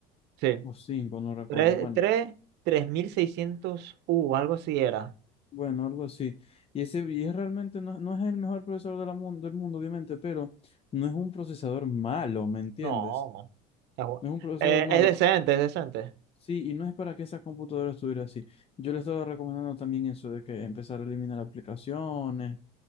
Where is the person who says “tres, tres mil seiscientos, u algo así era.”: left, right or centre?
Right